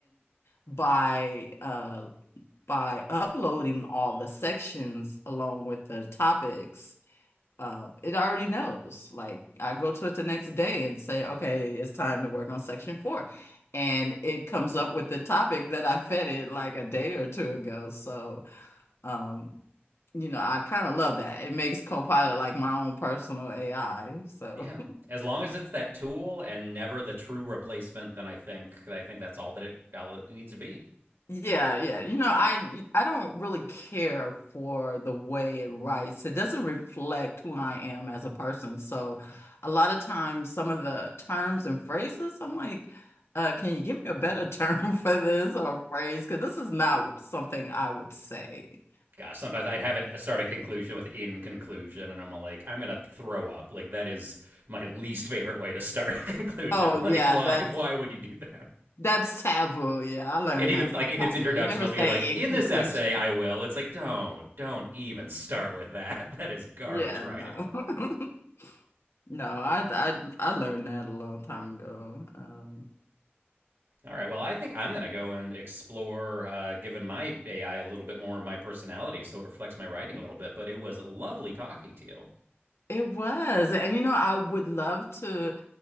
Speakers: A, on the left (about 80°); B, on the right (about 65°).
A: by uh by uploading all the sections along with the topics, uh, it already knows. Like I go to it the next day and say, okay, it's time to work on section four. And it comes up with the topic that I fed it like a day or two ago. So, um, you know, I kind of love that. It makes Copilot like my own personal AI. So.
B: Yeah. As long as it's that tool and never the true replacement, then I think I think that's all that it, all it needs to be.
A: Yeah, yeah. You know, I I don't really care for the way it writes. It doesn't reflect who I am as a person. So a lot of times some of the terms and phrases, I'm like, uh, can you give me a better term <laughs> for this or phrase? Because this is not something I would say.
B: Gosh, sometimes I'd have it start a conclusion with in conclusion, and I'm like, I'm gonna throw up. Like that is my least favorite way to start <laughs> a conclusion.
A: Oh yeah,
B: Like why
A: that's
B: why would you do that?
A: that's taboo. Yeah, I learned
B: And even
A: that a
B: like
A: long
B: in
A: time
B: its introduction,
A: ago. You never
B: I'll
A: say
B: be like,
A: in
B: in
A: conclusion.
B: this essay, I will. It's like don't don't even start with that. <laughs> That is garbage
A: Yeah,
B: writing.
A: no. <laughs> No, I I I learned that a long time ago. Um
B: All right. Well, I think I'm going to go and explore uh, giving my AI a little bit more of my personality so it reflects my writing a little bit. But it was lovely talking to you
A: It was. And you know, I would love to